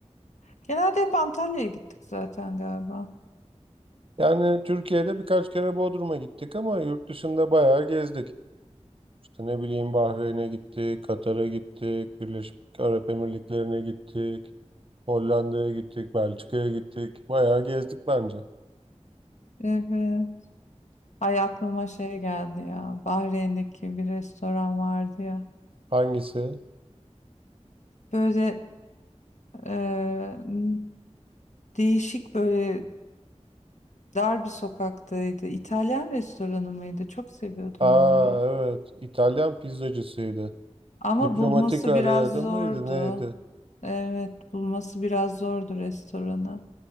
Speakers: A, on the left (about 85°); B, on the right (about 50°).
A: Genelde hep Antalya'ya gittik zaten galiba.
B: Yani Türkiye'de birkaç kere Bodrum'a gittik ama yurt dışında bayağı gezdik. İşte ne bileyim Bahreyn'e gittik, Katar'a gittik, Birleşik Arap Emirlikleri'ne gittik, Hollanda'ya gittik, Belçika'ya gittik. Bayağı gezdik bence.
A: Evet. Ay aklıma şey geldi ya. Bahreyn'deki bir restoran vardı ya.
B: Hangisi?
A: Böyle e, değişik böyle dar bir sokaktaydı. İtalyan restoranı mıydı? Çok seviyordum
B: Aa
A: ben orayı.
B: evet, İtalyan pizzacısıydı.
A: Ama
B: Diplomatik
A: bulması
B: araya
A: biraz zordu.
B: da mıydı neydi?
A: Evet, bulması biraz zordu restoranı.